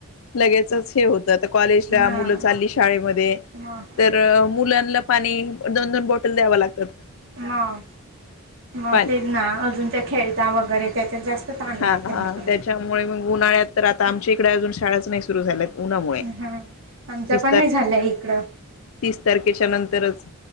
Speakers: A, on the left (about 70°); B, on the right (about 60°).
A: लगचच हे होत कॉलेजला
B: हां
A: मुलं चालली शाळेमध्ये
B: मग
A: तर मुलांना पाणी दोन दोन बॉटल द्यावं लागत.
B: मग मग
A: पाणी
B: तेच ना अजूनच्या खेळ वगैरे त्याच्यात जास्त. ताण लागते
A: हा हा
B: मग
A: त्याच्यामुळे म उन्हाळ्यात तर आता आमच्या इकडे अजून शाळाच नाही सुरू. सुरू झालेत. उन्हामुळे
B: हा आमच्या
A: तीस
B: पण
A: तार
B: नाही झालंय इकडं
A: तीस तारखेच्या नंतरच